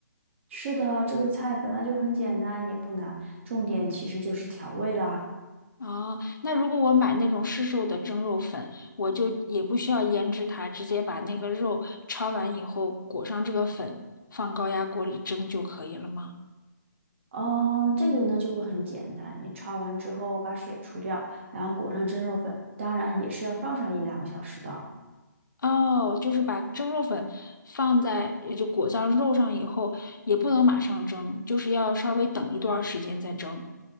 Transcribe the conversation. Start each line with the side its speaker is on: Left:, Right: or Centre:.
Right: 是的，这个菜本来就很简单，也不难，重点其实就是调味啦。
Left: 哦，那如果我买那种市售的蒸肉粉，我就也不需要腌制它，直接把那个肉焯完以后裹上这个粉，放高压锅里蒸就可以了吗？
Right: 嗯，这个呢就会很简单，你焯完之后把水除掉，然后裹上蒸肉粉，当然也是要放上一两个小时的。
Left: 哦，就是把蒸肉粉放在，也就裹上肉上以后，也不能马上蒸，就是要稍微等一段时间再蒸。